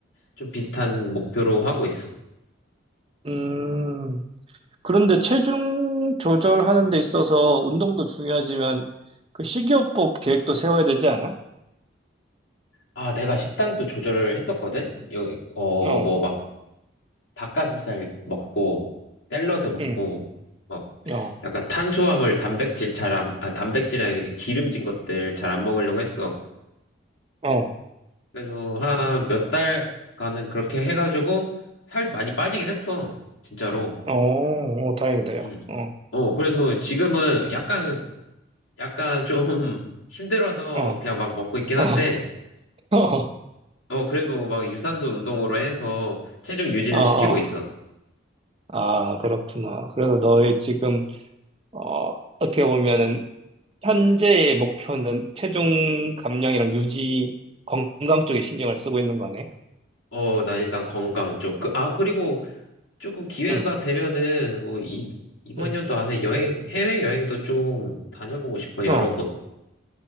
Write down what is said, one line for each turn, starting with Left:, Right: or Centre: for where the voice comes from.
Left: 좀 비슷한 목표로 하고 있어.
Right: 음, 그런데 체중 조절하는 데 있어서 운동도 중요하지만 그 식이요법 계획도 세워야 되지 않아?
Left: 아, 내가 식단도 조절을 했었거든? 여기, 어,
Right: 어,
Left: 뭐 막 닭가슴살 먹고, 샐러드 먹고,
Right: 응,
Left: 막
Right: 어,
Left: 약간 탄수화물, 단백질 잘 안, 아, 단백질이나 이제 기름진 것들 잘 안 먹으려고 했어.
Right: 어,
Left: 그래서 한 몇 달간은 그렇게 해가지고 살 많이 빠지긴 했어. 진짜로.
Right: 어, 어, 다행이다요.
Left: 음.
Right: 어,
Left: 어, 그래서 지금은 약간, 약간 좀 <laughs> 힘들어서
Right: 어,
Left: 그냥 막 먹고 있긴 한데,
Right: 어, <laughs> 어,
Left: 어, 그래도 막 유산소 운동으로 해서 체중 유지는
Right: 어, 어.
Left: 시키고 있어.
Right: 아, 그렇구나. 그래서 너의 지금, 어, 어떻게 보면은 현재의 목표는 체중 감량이랑 유지, 건강 쪽에 신경을 쓰고 있는 거네.
Left: 어, 난 일단 건강 쪽. 그, 아, 그리고 조금 기회가
Right: 응,
Left: 되면은 뭐 이, 이번
Right: 응.
Left: 연도 안에 여행, 해외 여행도 좀 다녀보고 싶어, 여러
Right: 어,
Left: 곳.